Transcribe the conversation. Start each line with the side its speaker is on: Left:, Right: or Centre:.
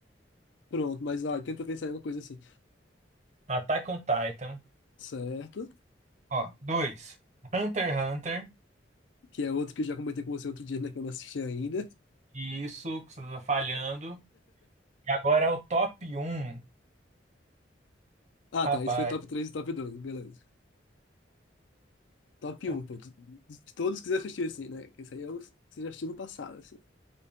Left: Pronto, mas ó, tenta pensar em alguma coisa assim.
Right: Attack on Titan.
Left: Certo?
Right: Ó, dois. Hunter x Hunter.
Left: Que é outro que eu já comentei com você outro dia, né? Que eu não assisti ainda.
Right: Isso, que você tá falhando. E agora o top um,
Left: Ah,
Right: Rapaz,
Left: tá. Isso foi top 3 e top dois beleza. Top
Right: top,
Left: um pô. De de todos que você assistiu, assim, né? Esse aí é o que você já assistiu no passado, assim.